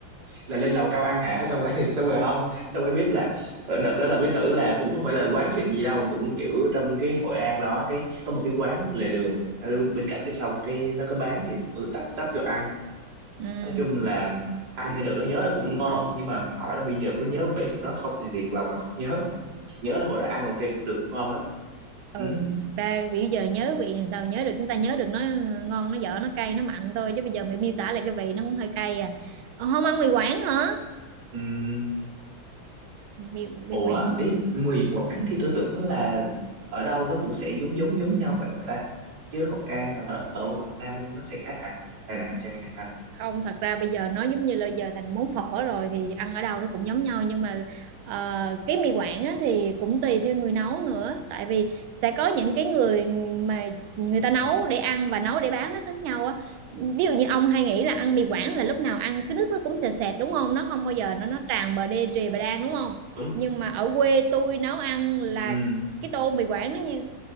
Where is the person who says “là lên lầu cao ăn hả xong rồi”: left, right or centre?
Right